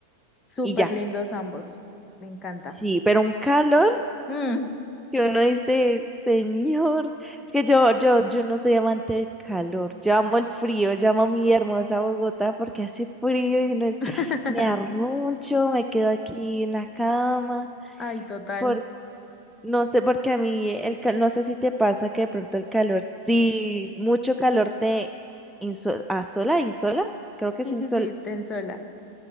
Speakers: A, on the left; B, in the centre.
A: súper
B: y ya,
A: lindos ambos. Me encanta.
B: sí, pero un calor.
A: Mm.
B: que uno dice, señor, es que yo, yo, yo no soy amante del calor, yo amo el frío, yo amo mi hermosa Bogotá porque hace frío y uno es,
A: <laughs>
B: me arruncho, me quedo aquí en la cama,
A: Ay, total.
B: por, no sé, porque a mí, el, cal- no sé si te pasa que de pronto el calor, sí, mucho calor te inso- asola, insola, creo que
A: Sí,
B: es insol,
A: sí, sí, ten sola.